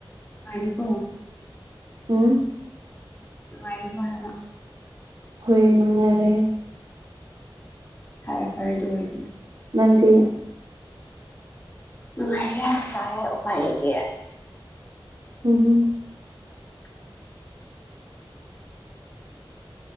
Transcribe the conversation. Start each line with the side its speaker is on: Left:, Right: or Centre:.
Left: ꯅꯨꯪꯉꯥꯏꯔꯤꯕꯣ
Right: ꯎꯝ
Left: ꯅꯨꯪꯉꯥꯏꯔꯤꯕꯥ ꯍꯥꯏꯕ
Right: ꯍꯣꯏ ꯅꯨꯡꯉꯥꯏꯔꯦ
Left: ꯐꯔꯦ ꯐꯔꯦꯗꯨ ꯑꯣꯏꯗꯤ
Right: ꯅꯪꯗꯤ
Left: ꯅꯨꯪꯉꯥꯏ ꯍꯥꯏꯕ ꯇꯥꯔꯦ ꯎꯄꯥꯏ ꯂꯩꯇꯤꯌꯦ
Right: ꯎꯝꯝ
Left: <inaudible>